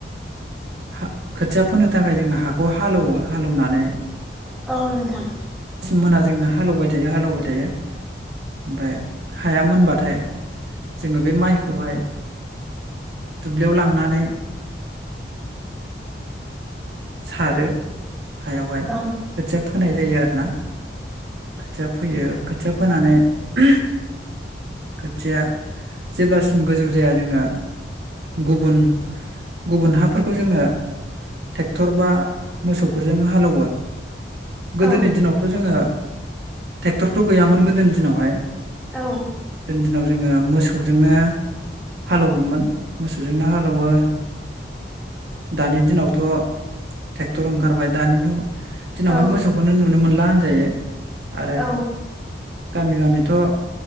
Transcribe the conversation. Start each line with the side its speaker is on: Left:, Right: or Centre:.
Right: हा खोथिया फोनो थाखाय जोङो हाखौ हालेवो हालेवनानै
Centre: औ नोंथां।
Right: मोना जोङो हालेवबाय थायो हालौबाय थायो ओमफाय हाया मोनबाथाय जोङो बे माइखौहाय दुब्लियाव लांनानै <inaudible> सारो हायावहाय
Centre: औ
Right: खोथिया होनाय जायो आरो ना। खोथिया फोयो खोथिया फोनानै ओहोम खोथिया जेब्लासिम गोजौ जाया जोङो गुबुन गुबुन हाफोरखौ जोङो ट्रेक्टर बा मोसौफोरजों हालौवो। गोदोनि
Centre: औ
Right: दिनावथ' जोङो ट्रेक्टरथ' गैयामोन गोदोनि दिनावहाय।
Centre: औ
Right: दोनजो दिनाव जोङो मोसौजोंनो हालौवोमोन मोसौजोंनो हालौवो दानि दिनावथ' ट्रेक्टर ओंखारबाय दानि दिनावहाय
Centre: औ
Right: मोसौखौनो नुनो मोनला होनजायो। आरो
Centre: औ
Right: गामि गामिथ'